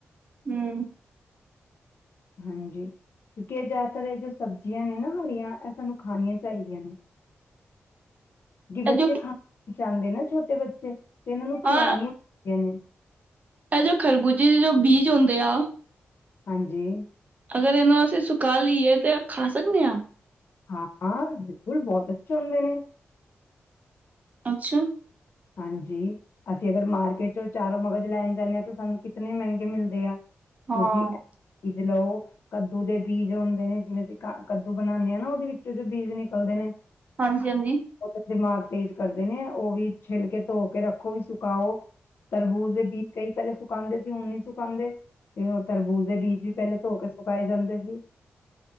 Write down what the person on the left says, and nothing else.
ਹਾਂਜੀ ਕਿਉਂਕਿ ਇਹ ਜ਼ਿਆਦਾਤਰ ਇਹ ਜੋ ਸਬਜ਼ੀਆਂ ਨੇ ਨਾ ਹਰੀਆਂ ਇਹ ਸਾਨੂੰ ਖਣੀਆਂ ਚਾਹੀਦੀਆਂ ਨੇ ਬੱਚੇ
ਖਾ ਜਾਂਦੇ ਨਾ ਛੋਟੇ ਬੱਚੇ ਤੇ ਇਹਨਾਂ ਨੂੰ ਖਿਲਣੀਆਂ
ਚਾਹੀਦੀਆਂ ਨੇ,
ਹਾਂਜੀ,
ਹਾਂ ਹਾਂ ਬਿਲਕੁਲ ਬਹੁਤ ਅੱਛੇ ਹੁੰਦੇ ਨੇ,
ਹਾਂਜੀ ਅਸੀਂ ਅਗਰ ਮਾਰਕੀਟ ਚੋਂ ਚਾਰੋਂ ਮਗਜ਼ ਲੈਣ ਜਾਂਦੇ ਹਾਂ ਤਾਂ ਸਾਨੂੰ ਕਿਤਨੇ ਮਹਿੰਗੇ ਮਿਲਦੇ ਆ,
ਤੁਸ ਬੀਜ ਲਓ, ਕੱਦੂ ਦੇ ਬੀਜ ਹੁੰਦੇ ਨੇ ਜਿਵੇਂ ਅਸੀਂ ਕ ਕੱਦੂ ਬਣਾਉਂਦੇ ਆਾਂ ਨਾ ਉਹਦੇ ਵਿੱਚ ਜੋ ਬੀਜ ਨਿਕਲਦੇ ਨੇ,
ਉਹਦੇ ਦਿਮਾਗ ਤੇਜ਼ ਕਰਦੇ ਨੇ ਉਹ ਵੀ? ਛਿੱਲ ਕੇ ਧੋ ਕੇ ਰੱਖੋ ਵੀ ਸੁਕਾਓ ਤਰਬੂਜ਼ ਦੇ ਬੀਜ ਕਈ ਪਹਿਲੇ ਸੁਕਾਉਦੇ ਸੀ ਹੁਣ ਨ ਸੁਕਾਉਂਦੇ ਤੇ ਉਹ ਤਰਬੂਜ਼ ਦੇ ਬੀਜ ਵੀ ਪਹਿਲੇ ਧੋ ਕੇ ਸੁਕਾਏ ਜਾਂਦੇ ਸੀ,